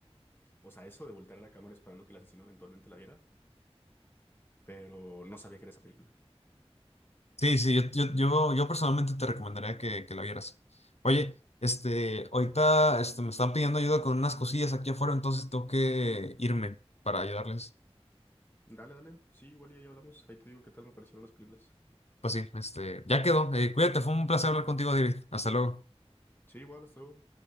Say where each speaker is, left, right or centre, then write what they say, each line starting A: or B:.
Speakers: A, on the left (about 20°); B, on the left (about 80°).
A: o sea, eso de voltear a la cámara esperando que el asesino eventualmente la viera, pero no sabía que era esa película.
B: Sí, sí, yo, yo, yo, yo personalmente te recomendaría que, que la vieras. Oye, este, ahorita este, me están pidiendo ayuda con unas cosillas aquí afuera, entonces tengo que irme para ayudarles.
A: Dale, dale. Sí, igual y ahí hablamos. Ahí te digo qué tal me parecieron las películas.
B: Pues sí, este, ya quedó. Eh, cuídate, fue un placer hablar contigo, David. Hasta luego.
A: Sí, igual, hasta luego.